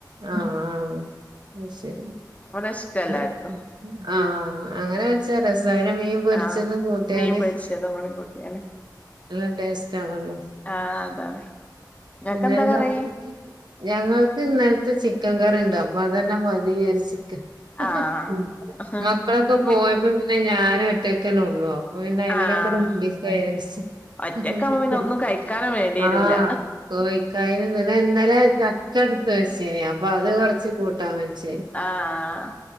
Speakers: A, on the right; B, on the left.
A: ആഹ് ആഹ് അഹ് ശരി
B: ഇവടെ ഇഷ്ട എല്ലാർക്കും.
A: അത് ആഹ് അങ്ങനെ വെച്ചാ രസാ. പിന്നെ മീൻ പൊരിച്ചത്
B: ആഹ്
A: കൂട്ട്യാല്
B: മീൻ പൊരിച്ചതും കൂടി കൂട്ടിയാല്
A: നല്ല ടേസ്റ്റ് ആണല്ലൊ.
B: ആഹ് അതാണ്. ഇങ്ങക്കെന്താ
A: പിന്നെന്താ
B: കറി
A: ഞങ്ങൾക്ക് ഇന്നെൽത്തെ ചിക്കൻ കറിണ്ട്. അപ്പൊ അതന്നെ മതി <unintelligible> വിചാരിച്ച്ക്ക.
B: ആഹ്
A: ഉം
B: ആഹ്
A: മക്കളൊക്കെ
B: വി
A: പോയപ്പം പിന്നെ ഞാന് ഒറ്റക്കന്നെ ഒള്ളു അപ്പോ പിന്നെ അയിമല്
B: ആഹ്
A: ഒക്കെ ആണ്ട് ചെയ്യാ വിചാരിച്ച്
B: ഒറ്റക്കാവുമ്പോ പിന്നെ ഒന്നും കഴിക്കാനും വേണ്ടി വരൂല
A: ആഹ് <unintelligible> ഇന്നലെ ചക്ക എടുത്ത് വെച്ചീനി. അപ്പൊ അത് കൊറച്ച് കൂട്ടാൻ വെച്ച്
B: ആഹ്